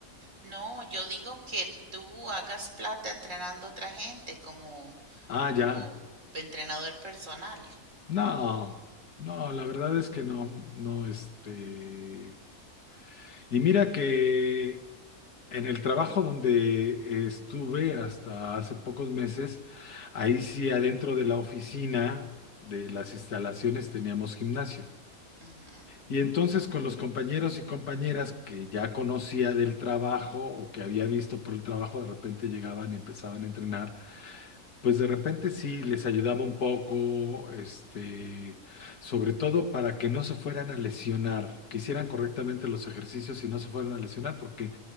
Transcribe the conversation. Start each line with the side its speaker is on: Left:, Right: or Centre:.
Right: No, yo digo que tú hagas plata entrenando a otra gente como,
Left: Ah,
Right: como
Left: ya,
Right: entrenador personal.
Left: No, no, la verdad es que no, no, este. Y mira que en el trabajo donde estuve hasta hace pocos meses, ahí
Right: Ujú,
Left: sí adentro de la oficina, de las instalaciones, teníamos gimnasio.
Right: ujú,
Left: Y entonces con los compañeros y compañeras que ya conocía del trabajo o que había visto por el trabajo, de repente llegaban y empezaban a entrenar. Pues de repente sí les ayudaba un poco, este, sobre todo para que no se fueran a lesionar, que hicieran correctamente los ejercicios y no se fueran a lesionar, porque